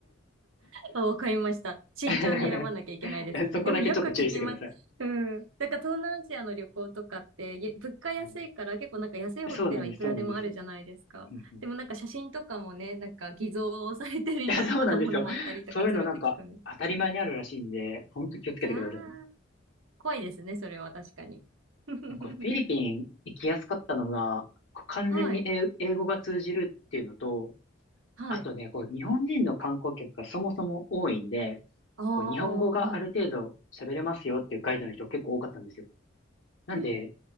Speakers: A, on the right; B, on the left.
A: あ、わかりました。慎重に選ばなきゃいけないですね。
B: <laughs> そこだけちょっと注意してください。
A: でもよく聞きます。うん。なんか東南アジアの旅行とかって、ゆ物価安いから結構なんか安いホテルはいくらでもあるじゃないですか。
B: はい、そうなんです、そうなんです。うんうん、い
A: でもなんか写真とかもね、なんか偽造されてるようなものもあったりとかするって聞くんで。
B: や、そうなんですよ。そういうのなんか当たり前にあるらしいんで、ほんと気をつけてくださいね。
A: いやー、怖いですね、それは確かに。<laughs>
B: なんかフィリピン行きやすかったのが、こう完全に英英語が通じるっていうのと、
A: はい。はい。
B: あとね、こう日本人の観光客がそもそも多いんで、
A: ああ、
B: こう日本語がある程度喋れますよっていうガイドの人結構多かったんですよ。
A: はい。
B: なんで、
A: へえ、